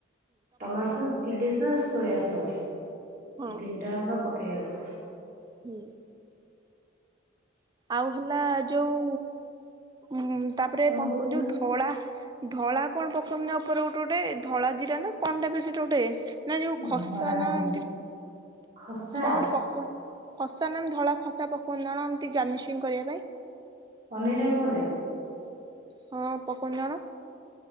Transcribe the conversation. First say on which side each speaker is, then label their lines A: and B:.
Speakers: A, on the right (about 45°); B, on the right (about 20°).
A: tomato sauce chilli sauce soya sauce
B: ହଁ
A: ଏଇ ତିନିଟା ଯାକ ପକେଇବା।
B: ହୁଁ। ଆଉ ହେଲା ଯୋଉ ଉଁ ତାପରେ
A: କଣ
B: ତାଙ୍କୁ
A: କହିଲ
B: ଯୋଉ ଧଳା ଧଳା କଣ ପ୍ରଥମ ନବା ତାର ଗୋଟେ ଗୋଟେ ଧଳା ଜିରା ନା କଣଟା ଯେ ସେଟା ଗୋଟେ ନା ଯୋଉ ଖସା
A: ଧଳା
B: ନା
A: ଜିରା
B: ଏମିତି
A: ଖସା
B: କଣ ଗୋଟେ ପକାଉ, ଖସା ନା ଧଳା ଖସା ପକଉନ ଏମତି ଗାର୍ନିସିଂ କରିବା ପାଇଁ।
A: ପନିର ଉପରେ
B: ହଁ ପୋକନ୍ ଜଣ।